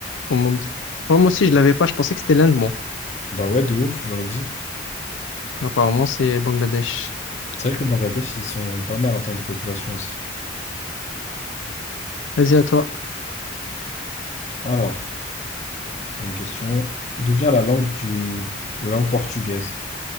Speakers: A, on the left (about 75°); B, on the left (about 35°).
A: au monde. Moi moi aussi, je l'avais pas. Je pensais que c'était l'Inde, moi.
B: Bah ouais, de ouf, j'aurais dit.
A: Apparemment, c'est Bangladesh.
B: C'est vrai que le Bangladesh, ils sont pas mal en termes de population aussi.
A: Vas-y, à toi.
B: Alors, j'ai une question. D'où vient la langue du... la langue portugaise?